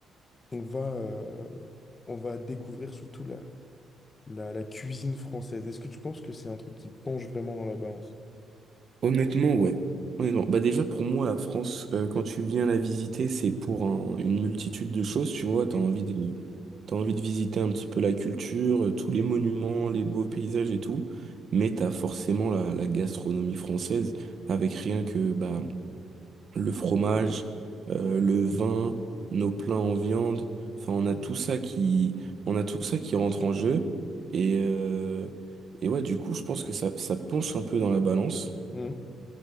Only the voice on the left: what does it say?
on va, euh, on va découvrir surtout la, la, la cuisine française. Est-ce que tu penses que c'est un truc qui penche vraiment dans la balance?
Mhm.
Mhm.